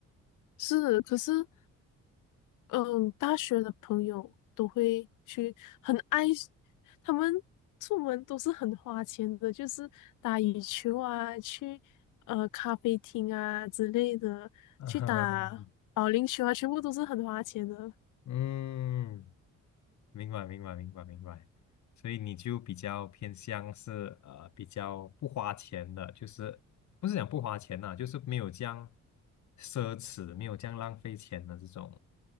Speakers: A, on the left (about 85°); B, on the left (about 70°).
A: 是，可是。嗯，大学的朋友都会去很爱，他们出门都是很花钱的，就是打羽球啊，去呃咖啡厅啊之类的，
B: <laughs> 嗯，
A: 去打保龄球啊，全部都是很花钱的。
B: 嗯明白，明白，明白，明白。所以你就比较偏向是呃比较不花钱的，就是不是讲不花钱呐、就是没有这样奢侈，没有这样浪费钱的这种